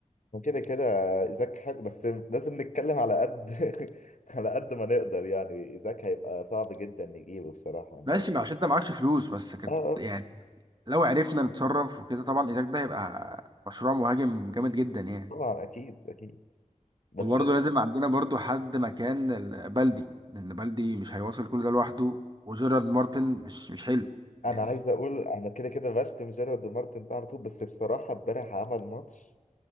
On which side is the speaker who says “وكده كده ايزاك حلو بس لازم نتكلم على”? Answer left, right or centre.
Left